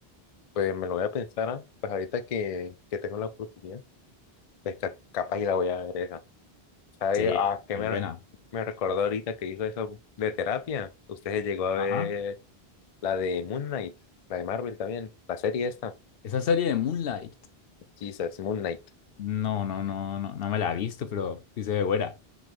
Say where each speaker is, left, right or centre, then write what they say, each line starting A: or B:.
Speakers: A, on the left; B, on the left.
A: Pues me lo voy a pensar, ah, pues ahorita que, que tengo la oportunidad, pues ca- capaz y la voy a ver esa. ¿Sabe
B: Sí,
A: a qué
B: es
A: me,
B: buena.
A: me recordó ahorita que hizo eso de terapia? Usted se llegó a ver
B: Ajá.
A: la de Moon Knight, la de Marvel también, la serie esta,
B: Esa serie de Moonlight.
A: Jesus, Moon Knight.
B: No, no, no, no, no me la he visto, pero sí se ve buena.